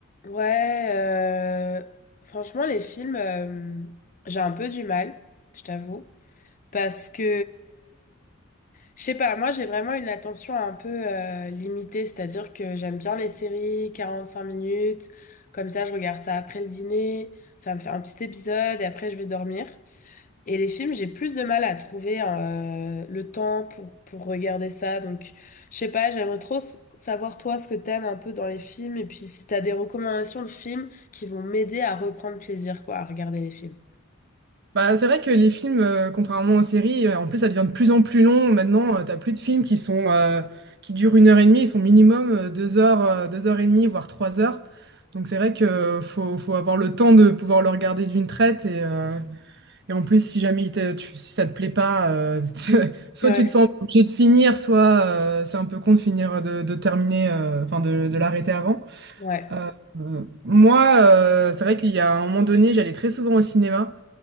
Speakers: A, on the left; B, on the right.
A: Ouais, euh, franchement, les films, euh, j'ai un peu du mal, je t'avoue. Parce que, je sais pas, moi j'ai vraiment une attention un peu euh, limitée, c'est-à-dire que j'aime bien les séries, 45 minutes, comme ça je regarde ça après le dîner, ça me fait un petit épisode et après je vais dormir. Et les films, j'ai plus de mal à trouver euh, le temps pour, pour regarder ça. Donc, je sais pas, j'aimerais trop s- savoir toi ce que t'aimes un peu dans les films et puis si t'as des recommandations de films qui vont m'aider à reprendre plaisir, quoi, à regarder les films.
B: Bah, c'est vrai que les films, euh, contrairement aux séries, euh, en plus ça devient de plus en plus long. Maintenant, euh, t'as plus de films qui sont euh, qui durent une heure et demie, ils sont minimum euh, deux heures, euh, deux heures et demie, voire trois heures. Donc c'est vrai que euh, faut, faut avoir le temps de pouvoir le regarder d'une traite et, euh, et en plus si jamais il te- tu, si ça te plaît pas, euh, <laughs> tu- soit
A: Ouais.
B: tu te sens obligé de finir, soit euh, c'est un peu con de finir euh, de, de terminer, euh, enfin de, de l'arrêter avant.
A: Ouais.
B: Euh, euh, moi, euh, c'est vrai qu'il y a un moment donné, j'allais très souvent au cinéma.